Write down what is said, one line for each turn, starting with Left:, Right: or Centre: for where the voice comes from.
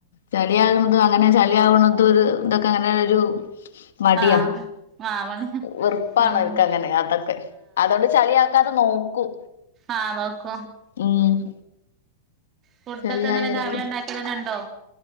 Left: ചളിയാകുന്നതും അങ്ങനെ ചളിയ ആകണത അത ഇതൊക്കെ അങ്ങനെ ഒരു മടിയാ
Right: ആഹ് ആഹ് മണി
Left: വെറുംപ്പണക്ക
Right: ഉം
Left: അങ്ങനെ അതൊക്കെ അതുകൊണ്ട് ചളിയക്കാതെ നോക്കും
Right: ആഹ വക്ക
Left: ഉം
Right: ഫുഡൊക്കെ
Left: ചളിയായാലൊക്കെ
Right: അങ്ങനെ രാവിലെ ഉണ്ടാക്കിയതിനുണ്ടോ